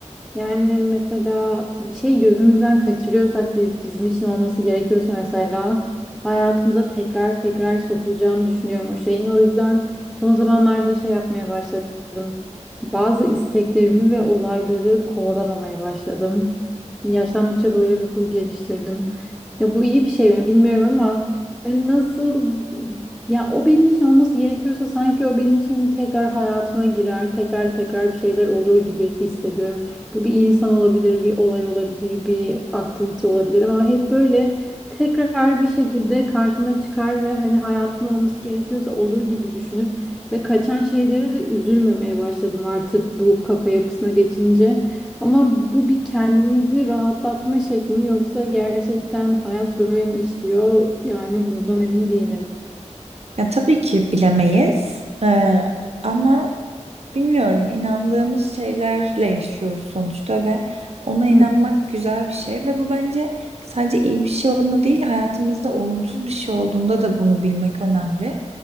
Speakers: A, in the centre; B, on the right (about 60°).
A: Yani mesela bir şey gözümüzden kaçırıyorsak biz, bizim için olması gerekiyorsa mesela hayatımıza tekrar tekrar sokulacağını düşünüyorum o şeyin. O yüzden son zamanlarda şey yapmaya başladım. Bazı isteklerimi ve olayları kovalamamaya başladım. Yaşlandıkça böyle bir huy geliştirdim. Ya bu iyi bir şey mi bilmiyorum ama hani nasıl ya o benim için olması gerekiyorsa sanki o benim için tekrar hayatıma girer, tekrar tekrar bir şeyler olur gibi hissediyorum. Bu bir insan olabilir, bir olay olabilir, bir aktivite olabilir ama hep böyle tekrar bir şekilde karşıma çıkar ve hani hayatın olması gerekiyorsa olur gibi düşünüp ve kaçan şeylere de üzülmemeye başladım artık bu kafa yapısına geçince. Ama bu bir kendimizi rahatlatma şekli mi yoksa gerçekten hayat böyle mi işliyor? Yani bundan emin değilim.
B: Ya tabii ki bilemeyiz. Ee, ama Bilmiyorum, inandığımız şeylerle yaşıyoruz sonuçta ve ona inanmak
A: Hı
B: güzel bir şey ve bu bence sadece iyi bir şey olduğunda değil, hayatımızda olumsuz bir şey olduğunda da bunu bilmek önemli.